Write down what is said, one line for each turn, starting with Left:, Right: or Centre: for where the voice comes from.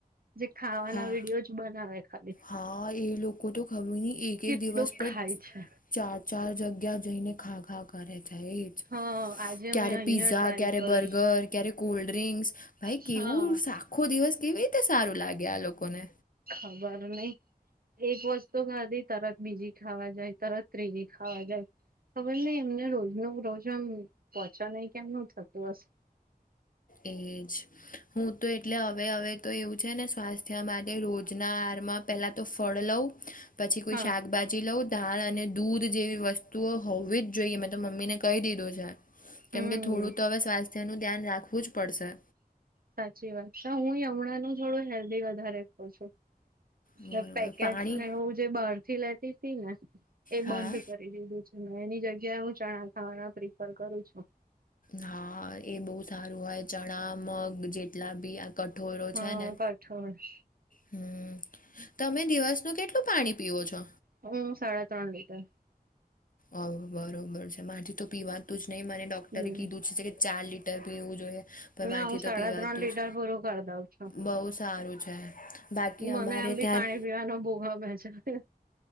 Right: જે ખાવાના
Left: હા
Right: વિડીિયો જ બનાવે ખાલી
Left: હા એ લોકો તો ખર ન એક
Right: કેટલું
Left: એક દિવસ પણ
Right: ખાય છે.
Left: ચાર ચાર જગ્યા જઈને ખા ખા કરે છે એજ
Right: હા આજે
Left: ક્યારે
Right: મેં અહિયાં
Left: પીઝા
Right: ટ્રાય
Left: ક્યારે
Right: કરું
Left: બર્ગર ક્યારે કોલ્ડ ડ્રિંકસ ભાઈ
Right: હા
Left: કેવું આખો દિવસ કેવી રીતે સારું લાગે આ લોકોને
Right: ખબર નહી એક વસ્તુ ખાધી તરત બીજી ખાવા જાય તરત ત્રીજી ખાવા જાય ખબર નહી એમને રોજ ન રોજ આમ પહોંચા નહી કે એમનું થતું હશે
Left: એજ હું તો એટલે હવે હવે તો એવું છે ને સ્વાસ્થ્ય માટે એ રોજના આરમાં પેલા તો ફળ લઉ પછી કોઈ
Right: હા
Left: શાકભાજી લઉ દાળ અને દૂધ જેવી વસ્તુઓ હોવી જ જોઈએ મેં તો મમ્મીને કહી દીધી
Right: હમ
Left: કેમકે થોડું તો હવે સ્વાસ્થ્ય નું ધ્યાન રાખવું જ પડશે
Right: સાચી વાત હું હયમણાનું થોડું હેલ્ધી વધારે કઉ છું
Left: બરોબર
Right: પેકેટ
Left: પાણી
Right: ને એું જે બહાર થી લેતી હતી ને એ
Left: હા
Right: બંધ કરી <unintelligible> મેં એની જગ્યાએ હું ચણા ખાવાના પ્રિફર કરું છું
Left: હા એ બહુ સારું હોય ચણા મગ જેટલા બી કઠોરો
Right: હા
Left: છે ને
Right: કઠોળ
Left: હમ તમે દિવસનું કેટલું પાણી પીવ છો
Right: હું સાડા ત્રણ લીટર
Left: ઓ બરોબર છે માથી તો પીવાતું જ નહીિ મને ડોક્ટરે
Right: હમ
Left: કીધું છે કે ચાર લીટર ટર પીવું જોઈએ પણ
Right: ના
Left: માથી
Right: હું સાડા
Left: તો પીવાતું
Right: ત્રણ લીટર
Left: જ
Right: પૂરું કરી દઉં છું
Left: બઉુ સારું છે બાકી
Right: મને
Left: અમારે
Right: આમ
Left: ત્યાં
Right: ભી પાણી પીવાનો બોમે છે